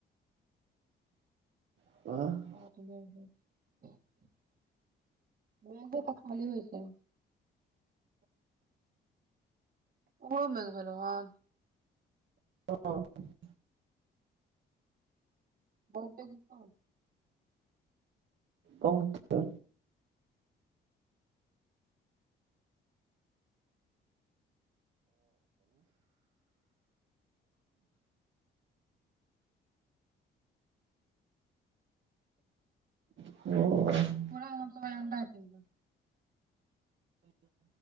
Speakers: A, on the right; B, on the right.
A: आ
B: <unintelligible> मेघो तऽ खालीए छै ओमहरो मेघ भेलौ हन
A: हँ <inaudible>
B: बहुते कि कम?
A: बहुते। ह
B: ओना हम सब आइ अंडा कीनलौं।